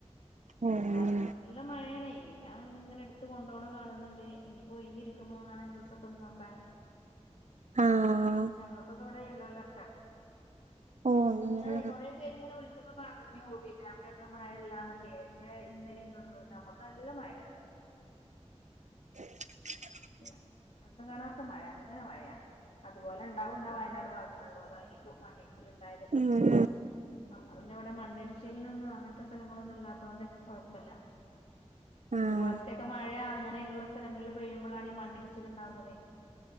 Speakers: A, on the right; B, on the left.
A: ഓ അങ്ങനെ
B: കാര്ണം നല്ല മഴാണെയ് ഞാൻ ഇങ്ങനെ ഇട്ത്ത് കൊണ്ടോണെഹ് കാണ്ന്ന് ണ്ട് ഇഞ് പ്പൊ ഒയിഞ്ഞിരിക്കുമ്പം മാണം ന്യൂസൊക്കെ ഒന്ന് നോക്കാന്
A: ആഹ്
B: ഞങ്ങക്കൊക്കെ ഇവടെ യെല്ലോ അലർട്ടാ
A: ഓ അങ്ങനെ
B: ഞാനെയ് കൊറേ പേര് ഇങ്ങനെ വിൾ ച്ചപ്പൊ പറഞ്ഞു പിന്നെ അവ്ടെ ഒന്നും മഴല്ലാന്നൊക്കെയ് പക്ഷെ ഇന്നലെ ഇന്നൊന്നും നമ്മുക്ക് നല്ല മഴയാ
A: <inaudible>
B: നല്ല കണ്ണ് കാണാത്ത മഴ അങ്ങനെ മഴയാ അത്പോലെ ഇണ്ടാവും ന്നാ വയനാട് ഭാഗങ്ങളിലും അതായിരിക്കും മണ്ണിടിച്ചിൽ ഇണ്ടായത്
A: ഉം ഉം
B: നമ്മളെ പിന്നെ ഇവടെ മണ്ണിടിച്ചിലിനൊന്നും അങ്ങൻത്തെ സ്ഥലങ്ങളൊന്നും ഇല്ലാത്തോണ്ട് കൊഴപ്പല്ല
A: ആഹ്
B: ഇതുപോലത്തൊക്കെ മഴ അങ്ങനെയ്ള്ള സ്ഥലങ്ങൾള് പെയ്യുമ്പഴാണ് ഈ മണ്ണിടിച്ചിൽ ഇണ്ടാവുന്നതേ